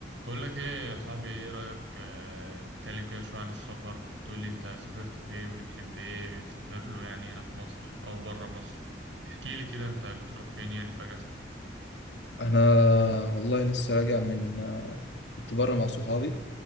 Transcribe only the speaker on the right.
بقول لك ايه يا صاحبي ايه رأيك آه نتكلم كده شوية عن السفر تقول لي انت سافرت فين بتحب ايه بتسافر له يعني هنا في مصر او بره مصر احكي لي كده انت بتروح فين يعني في اجازتك